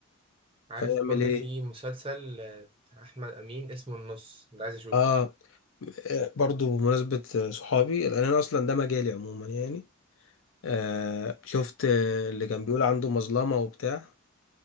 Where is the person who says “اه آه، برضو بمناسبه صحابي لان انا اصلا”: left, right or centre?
Left